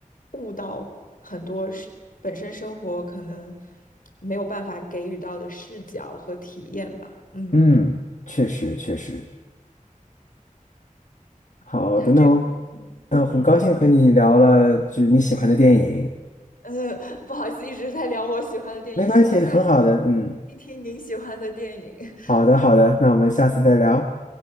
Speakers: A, on the left; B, on the left.
A: 悟到很多是本身生活可能没有办法给予到的视角和体验吧。嗯，
B: 嗯，确实，确实，好的，
A: 他这个，
B: 那我那我很高兴和你聊了，
A: 嗯，您，
B: 就是你喜欢的电影。
A: 呃，<laughs> 不好意思，一直在聊我喜欢的电影，
B: 没关系，
A: 希望下次
B: 很好的，嗯，
A: 听听您喜欢的电影。<laughs>
B: 好的，好的，那我们下次再聊，